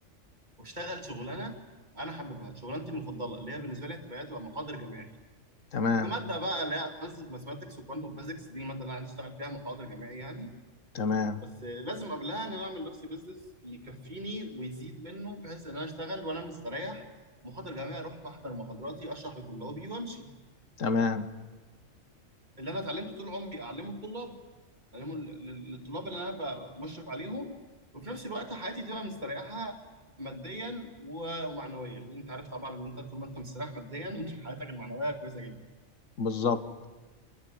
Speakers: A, on the right; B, on the left.
A: واشتغل شغلانه انا حاببها شغلانتي المفضله اللي هي بالنسبه لي هتبقى هتبقى محاضر جامعي
B: تمام
A: في ماده بقى اللي هي ادفانسد ماثماتكس وكوانتم فيزكس دي الماده اللي انا عايز اشتغل فيها محاضر جامعي يعني
B: تمام
A: بس لازم قبلها ان انا اعمل لنفسي بيزنس يكفيني ويزيد منه بحيث ان انا اشتغل وانا مستريح محاضر جامعي اروح احضر محاضراتي اشرح لطلابي وامشي
B: تمام
A: اللي انا اتعلمته طول عمري اعلمه الطلاب اعلمه لل- لل- للطلاب اللي انا ببقى مشرف عليهم وفي نفس الوقت حياتي تبقى مستريحه ماديا و- ومعنويا لان انت عارف طبعا ان انت طول ما انت مستريح ماديا <laughs> انت حياتك المعنويه كويسه جدا
B: بالظبط